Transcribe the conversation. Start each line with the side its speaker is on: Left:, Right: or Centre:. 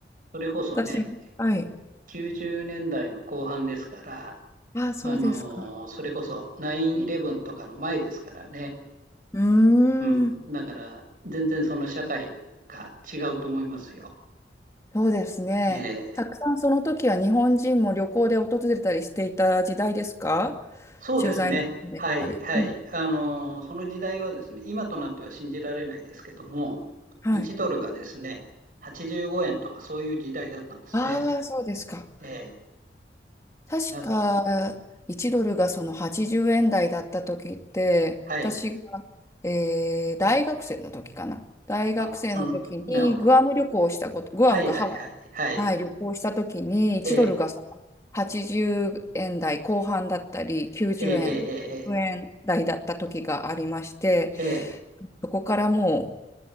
Right: それこそね、
Left: 私も。はい。
Right: 90年代の後半ですから、
Left: あ、そうですか。
Right: あのーそれこそ9-11とかの前ですからね。
Left: うー
Right: うん。
Left: ん。
Right: だから、全然その社会が違うと思いますよ。
Left: そうですね。
Right: ええ
Left: たくさんその時は日本人も旅行で訪れたりしていた時代ですか
Right: そうですね。
Left: 駐在の方でしたり。
Right: はい、はい。
Left: うん
Right: あのー、その時代はですね、今となっては信じられないですけども、
Left: はい。
Right: 1ドルがですね、85円とかそういう時代だったんですね。
Left: ああ、そうですか。
Right: ええ
Left: 確か、
Right: な、
Left: 1ドルがその80円台だった時って、
Right: はい。
Left: 私が、えー大学生の時かな。大学生の時にグアム旅行をしたこと、
Right: あ、その、なるほど。
Left: グアムとハワイ、
Right: はい、はい、はい、はい。
Left: はい、旅行した時に1ドルがその80円台後半だったり、
Right: ええ
Left: 90円、
Right: えええ
Left: 100円台だった時がありまして、
Right: えええええ
Left: そこからもう、